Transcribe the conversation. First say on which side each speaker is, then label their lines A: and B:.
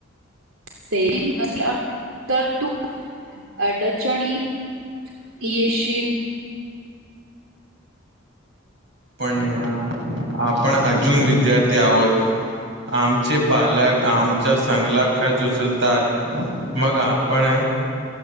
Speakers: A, on the right; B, on the right.
A: सेविंग नसल्यावर, तर तू अडचणीत येशील.
B: पण नेहा आपण अजून विद्यार्थी आहोत. आमचे पालक आमच्या संगला खर्च उचलतात. मग आपण